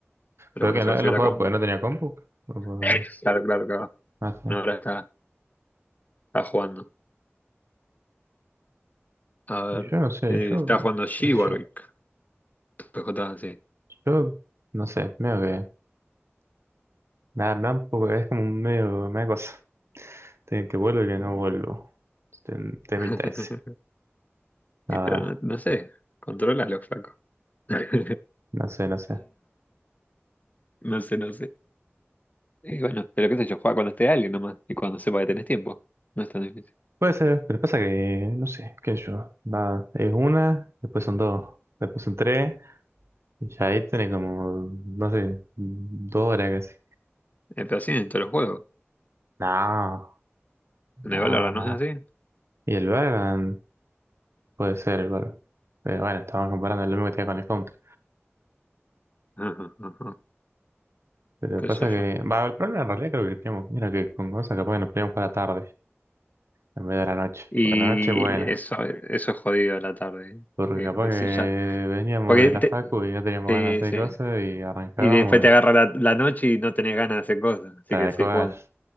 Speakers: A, on the left (about 35°); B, on the right (about 70°).
A: Pero
B: Creo
A: bueno,
B: que
A: se
B: no-
A: consiguió
B: él no
A: la
B: jugaba
A: combo.
B: porque no tenía compu. O por-
A: <laughs> Claro, claro, claro.
B: no sé.
A: Bueno, ahora está, está jugando. A ver.
B: Y yo no sé,
A: eh,
B: yo,
A: está jugando G
B: qué sé
A: Warwick.
B: yo,
A: PJ, sí.
B: yo no sé, medio que Nada, tampoco, es como un medio, media cosa. Tienen que vuelvo y que no vuelvo. Tem- Temita
A: <laughs>
B: ese. La
A: Y pero
B: verdad,
A: no, no sé. Controla los flacos. <laughs>
B: no sé, no sé.
A: No sé, no sé. Y bueno, pero qué sé yo, juega cuando esté alguien nomás. Y cuando sepa que tenés tiempo. No es tan difícil.
B: Puede ser, pero pasa que, no sé, qué sé yo. Va, es una, después son dos, después son tres, y ya ahí tenés como, no sé, dos horas casi.
A: Eh, pero así en todos los juegos.
B: No,
A: En
B: no,
A: el Valorant no
B: no.
A: es así. <laughs>
B: Y el Valorant puede ser el Valorant. Pero bueno, estamos comparando lo mismo que tenía con el Counter.
A: ajá ajá
B: Pero
A: Qué
B: pasa
A: sé
B: que,
A: yo.
B: va, el problema en realidad creo que teníamos, mira que con cosas capaz que nos podíamos jugar a la tarde. En vez de la noche.
A: Y
B: Porque la noche, bueno.
A: eso, eso es jodido a la tarde.
B: Porque
A: Porque,
B: capaz
A: decís,
B: que
A: ya,
B: veníamos
A: porque
B: de la
A: te-
B: facu y no teníamos
A: te-
B: ganas de
A: sí.
B: hacer cosas y arrancábamos
A: Y después te
B: y
A: agarra la, la noche y no tenés ganas de hacer cosas. Así
B: tal
A: que decís,
B: cual.
A: Juan.